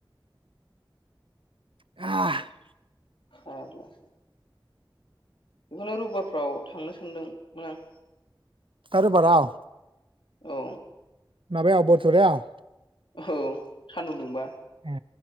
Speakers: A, on the right; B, on the left.
A: <unintelligible>
B: अह अह बेखौनो रबिबारफ्राव थांनो सानदोंमोन आं
A: दा रबिबाराव
B: औ।
A: माबायाव बरथ'रायाव
B: औ सान्दुं दुंबा
A: ए